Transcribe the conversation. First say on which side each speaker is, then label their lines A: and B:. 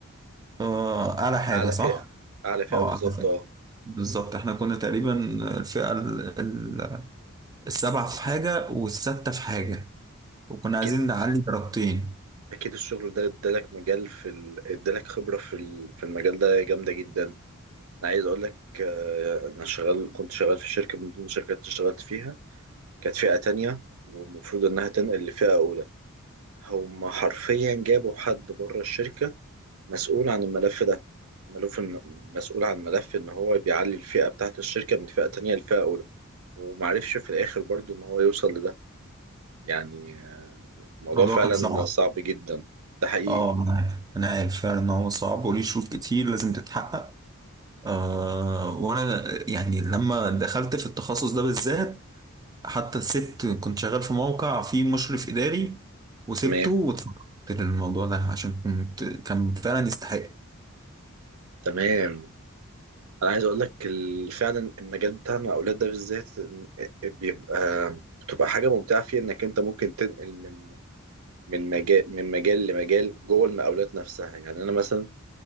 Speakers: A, on the right; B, on the right.
A: آه، اعلى حاجه
B: أعلى
A: صح
B: فئة أعلى فئة
A: اه
B: بالظبط
A: اعلى حاجه
B: اه
A: بالظبط احنا كنا تقريبا الفئه ال- ال- السبعه في حاجه والسادسه في حاجه وكنا
B: أكيد
A: عايزين نعلي درجتين
B: اكيد الشغل ده ادالك مجال في ال... ادالك خبره في ال... في المجال ده جامده جدا انا عايز اقول لك آه، انا شغال كنت شغال في شركه من ضمن الشركات اللي اشتغلت فيها كانت فئه تانية والمفروض انها تنقل لفئه اولى هم حرفيا جابوا حد بره الشركه مسؤول عن الملف ده ملف إن- مسؤول عن ملف ان هو بيعلي الفئه بتاعت الشركه من فئه تانية لفئه اولى ومعرفش في الاخر برضو ان هو يوصل لده يعني آه، الموضوع
A: الموضوع
B: فعلا
A: كان صعب
B: صعب جدا ده حقيقي
A: اه انا عارف انا عارف فعلا ان هو صعب وليه شروط كتير لازم تتحقق آه وانا يعني لما دخلت في التخصص ده بالذات حتى سبت كنت شغال في موقع فيه مشرف إداري وسبته
B: تمام
A: واتفقدت للموضوع ده عشان كنت كان فعلا يستحق
B: تمام انا عايز اقول لك ال- فعلا المجال بتاعنا الاولاد ده بالذات إن- بيبقى بتبقى حاجه ممتعه فيه انك انت ممكن تنقل من من مجال من مجال لمجال جوه المقاولات نفسها يعني انا مثلا